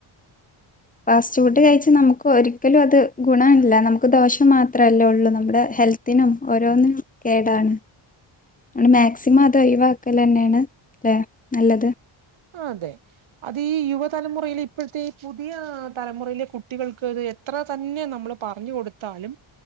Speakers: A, on the left; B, on the right.
A: ഫാസ്റ്റ് ഫുഡ് കഴിച്ച നമുക്ക് ഒരിക്കലും അത് ഗുണം ഇല്ല നമുക്ക് ദോഷം മാത്രമല്ലേ ഉള്ളൂ നമ്മുടെ ഹെൽത്തിനും ഓരോന്നിനും കേടാണ് നമ്മ മാക്സിമം അത് ഴ വക്കല് തന്നെയാണ് അല്ലെ നല്ലത്
B: ആ അതെ അത് ഈ യുവതലമുറയില് ഇപ്പോഴത്തെഈ പുതിയ തലമുറയിലെ കുട്ടികൾക്ക് അത് എത്ര തന്നെ നമ്മൾ പറഞ്ഞ കൊടുത്താലും